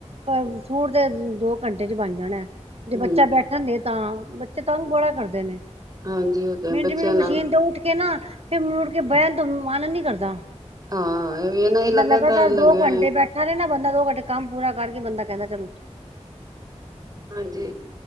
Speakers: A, on the right; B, on the right.
A: ਅ ਸੂਟ ਦੇ ਦੋ ਘੰਟੇ ਚ ਬਣ ਜਾਣਾ ਜੇ
B: ਹੂੰ
A: ਬੱਚਾ ਬੈਠਣ ਦੇ ਤਾਂ ਤੰਗ ਬੜਾ ਕਰਦੇ ਨੇ।
B: ਹਾਂਜੀ ਉਹ ਤਾਂ
A: ਮਿੰਟ-ਮਿੰਟ
B: ਬੱਚਿਆਂ ਨਾਲ
A: ਮਸ਼ੀਨ ਤੋਂ ਉੱਠ ਕੇ ਨਾ ਫਿਰ ਮੁੜ ਕੇ ਬਹਿਣ ਤੋਂ ਮਨ ਨੀ ਕਰਦਾ।
B: ਹਾਂ ਇਹ ਵੀ ਨਾ ਇਹ
A: ਬੰਦਾ ਲਗਾਤਾਰ
B: ਲੱਗਿਆ
A: ਦੋ ਘੰਟੇ ਬੈਠਾ ਰ ਨਾ ਬੰਦਾ ਦੋ ਘੰਟੇ ਕੰਮ ਪੂਰਾ ਕਰਕੇ ਬੰਦਾ ਕਹਿੰਦਾ ਚਲੋ।
B: ਹਾਂਜੀ।